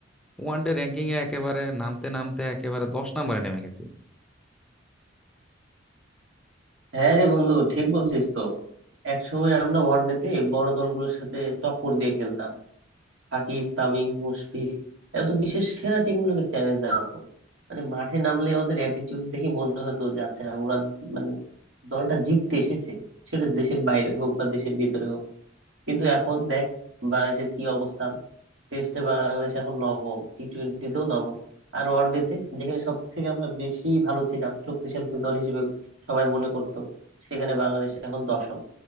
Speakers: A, in the centre; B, on the right.
A: ওয়ানডে র্যাঙ্কিং এ একেবারে নামতে নামতে একেবারে দশ নম্বরে নেমে গেছি
B: হ্যাঁ রে বন্ধু ঠিক বলছিস তো এক সময় আমরা ওয়ানডেতে বড় দলগুলোর সাথে টক্কর দিয়ে খেলতাম সাকিব তামিম মুশফিক এরা তো বিশ্বের সেরা টিমগুলোকে চ্যালেঞ্জ জানাতো মানে মাঠে নামলে ওদের অ্যাটিটিউড দেখে মনে হতো যে আচ্ছা হ্যাঁ, ওরা মানে দলটা জিততে এসেছে সেটা দেশের বাইরে হোক বা দেশের ভিতরে হোক কিন্তু এখন দেখ বাংলাদেশের কি অবস্থান টেস্টে বাংলাদেশ এখন নবম টি টোয়েন্টিতেও নবম আর ওয়ানডেতে যেখানে সব থেকে আমরা বেশি ভালো ছিলাম শক্তিশালী দল হিসেবে সবাই মনে করতো সেখানে বাংলাদেশ এখন দশম